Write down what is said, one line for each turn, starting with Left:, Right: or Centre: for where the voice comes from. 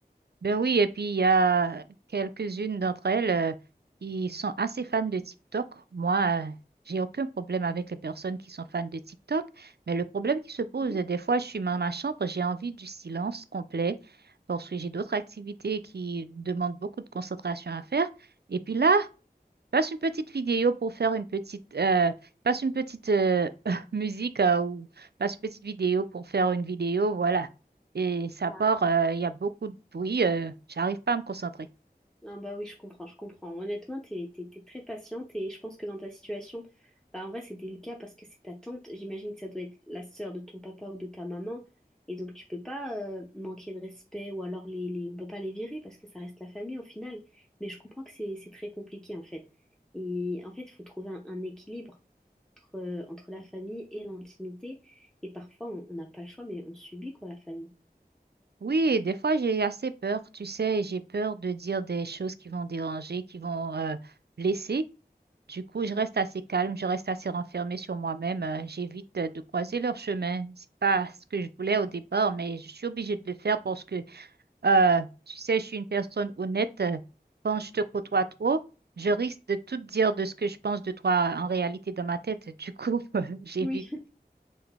Right: Ben oui, et puis il y a quelques-unes d'entre elles euh, qui sont assez fans de TikTok. Moi, euh, j'ai aucun problème avec les personnes qui sont fans de TikTok. Mais le problème qui se pose,
Centre: <laughs>
Right: euh, des fois, je suis dans ma chambre, j'ai envie du silence complet parce que j'ai d'autres activités qui demandent beaucoup de concentration à faire. Et puis là, Passe une petite vidéo pour faire une petite, euh, passe une petite euh, <laughs> musique euh, ou passe une petite vidéo pour faire une vidéo, voilà. Et ça
Centre: Ah.
Right: part, euh, il y a beaucoup de bruit, euh, j'arrive pas à me concentrer.
Centre: Ah bah oui, je comprends, je comprends. Honnêtement, t'es, t'es, t'es très patiente et je pense que dans ta situation, bah en vrai, c'est délicat parce que c'est ta tante. J'imagine que ça doit être la sœur de ton papa ou de ta maman. Et donc, tu peux pas euh, manquer de respect ou alors les, les... on peut pas les virer parce que ça reste la famille au final. Mais je comprends que c'est, c'est très compliqué en fait. Et en fait, il faut trouver un, un équilibre entre, euh, entre la famille et l'intimité. Et parfois, on on n'a pas le choix, mais on subit quoi la famille.
Right: Oui, des fois j'ai assez peur, tu sais, j'ai peur de dire des choses qui vont déranger, qui vont euh, blesser. Du coup, je reste assez calme, je reste assez renfermée sur moi-même, euh, j'évite euh, de croiser leur chemin. C'est pas ce que je voulais au départ, mais je suis obligée de le faire parce que Euh, tu sais, je suis une personne honnête. euh, Quand je te côtoie trop, je risque de tout te dire de ce que je pense de toi en réalité dans ma tête. Du coup, <laughs> j'évite.
Centre: oui